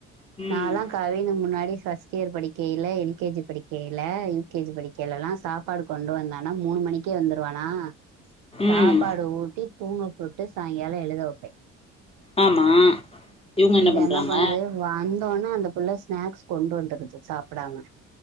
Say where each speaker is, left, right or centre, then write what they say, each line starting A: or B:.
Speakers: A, on the left (about 15°); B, on the right (about 65°).
A: ம்
B: நாலா கவினு முன்னாடி ஃபஸ்ட் இயர் படிக்கையில எல் கே ஜி படிக்க யில யூ கே ஜி படிக்கையிலல்லா சாப்பாடு கொண்டு வந்தானா மூணு மணிக்கே வந்துருவானா சாப்பாடு
A: ம்
B: ஊட்டி தூங்க போட்டு சாய்ங்கால எழுத வப்பே
A: ஆமா இவுங்க
B: இது
A: பண்றாங்க
B: என்ன பண்ணுது வந்தோன்னே அந்த புள்ள ஸ்நாக்ஸ் கொண்டு வந்துருது சாப்புடாம